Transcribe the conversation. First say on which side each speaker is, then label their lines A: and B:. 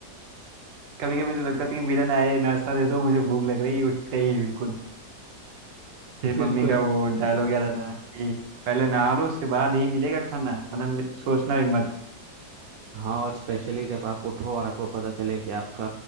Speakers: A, on the right; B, on the right.
A: कभी कभी तो लगता था कि विलन आए नाश्ता दे दो मुझे भूख लग रही है उठते ही बिल्कुल फिर
B: बिल्कुल
A: मम्मी का वो डायलॉग याद आता था कि पहले नहा लो उसके बाद ही मिलेगा खाना वरना मि- सोचना भी मत
B: हाँ और स्पेशली जब आप उठो और आपको पता चले कि आपका